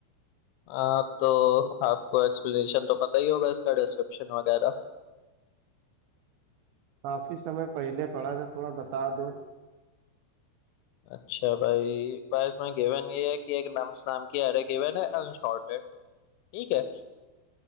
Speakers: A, on the left; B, on the right.
A: आ, तो आपको एक्सप्लेनेशन तो पता ही होगा इसका डिस्क्रिप्शन वगैरह
B: काफी समय पहले पढ़ा था थोड़ा बता दो
A: अच्छा भाई भाई इसमें गिवन ये है कि एक नम्स नाम की एरे गिवन है अनसॉर्टेड ठीक है